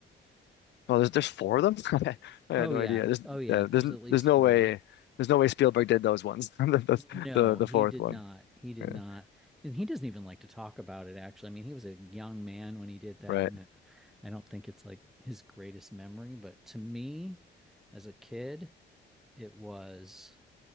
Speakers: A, on the left (about 60°); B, in the centre.
A: Well, there's there's four of them. <laughs> I had
B: Oh
A: no
B: yeah.
A: idea. There's
B: Oh yeah.
A: uh,
B: There's
A: there's
B: at least
A: there's no
B: four.
A: way there's no way Spielberg did those ones. <laughs> The the
B: No,
A: the, the
B: he
A: fourth
B: did
A: one.
B: not. He did
A: Yeah.
B: not. And he doesn't even like to talk about it, actually. I mean, he was a young man when he did that.
A: Right.
B: And it, I don't think it's like his greatest memory. But to me, as a kid, it was